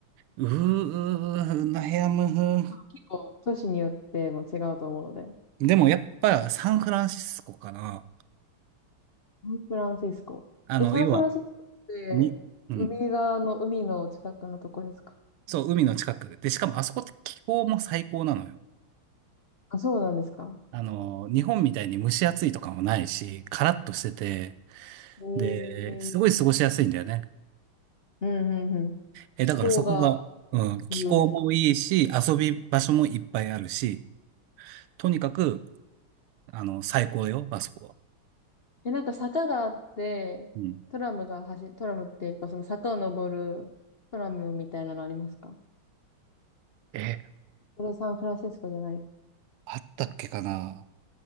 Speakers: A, on the right (about 80°); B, on the left (about 60°).
A: う、うー、うーうーなやむ
B: 結構都市によっても違うと思うので。
A: でもやっぱサンフランシスコかな。
B: サンフランシスコ。
A: あの、
B: え、サンフランシスコって海側の海の近くのとこですか
A: 要は、に、うん。そう、海の近く。で、しかもあそこって気候も最高なのよ。
B: あ、そうなんですか
A: あの、日本みたいに蒸し暑いとかもないし、カラッとしてて、
B: えー、
A: で、すごい過ごしやすいんだよね。
B: うんうんうん。
A: え、
B: 気候が
A: だからそこが、うん、気候もいいし、
B: 理由ですか
A: 遊び場所もいっぱいあるし、とにかく、あの、最高よ、あそこは。
B: え、なんか坂があって、
A: うん。
B: トラムが走、トラムっていうかその坂を登るトラムみたいなのありますか
A: え、
B: これサンフランシスコじゃない。
A: あったっけかな